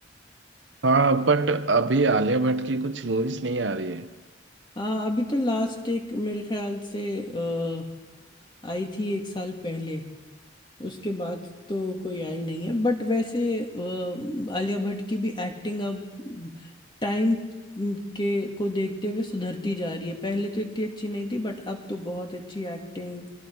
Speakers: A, on the right (about 70°); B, on the left (about 25°).
A: हाँ बट अभी आलिया भट्ट की कुछ मूवीज नहीं आ रही है
B: हाँ अभी तो लास्ट एक मेरे ख्याल से अ, आई थी एक साल पहले उसके बाद तो कोई आई नहीं है बट वैसे अ, आलिया भट्ट की भी एक्टिंग अब टाइम के को देखते हुए सुधरती जा रही है पहले तो इतनी अच्छी नहीं थी बट अब तो बहुत अच्छी एक्टिंग